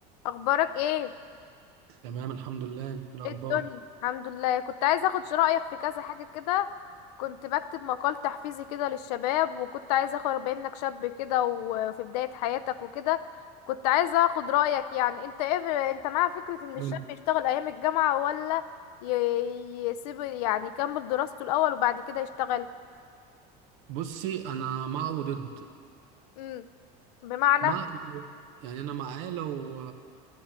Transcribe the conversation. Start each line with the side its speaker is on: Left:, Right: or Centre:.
Left: اخبارك ايه
Right: تمام الحمد لله إيه الاخبار
Left: ايه الدنيا الحمد لله كنت عايزه اخد رايك في كذا حاجه كده كنت بكتب مقال تحفيزي كده للشباب وكنت عايزه اخد بما انك شاب كده وفي بدايه حياتك وكده كنت عايزه اخد رايك يعني انت ايه انت مع فكره ان الشاب
Right: قول.
Left: يشتغل ايام الجامعه ولا ي- يسيب يعني يكمل دراسته الاول وبعد كده يشتغل
Right: بصي انا مع وضد
Left: امم بمعنى
Right: مع يعني انا معاه لو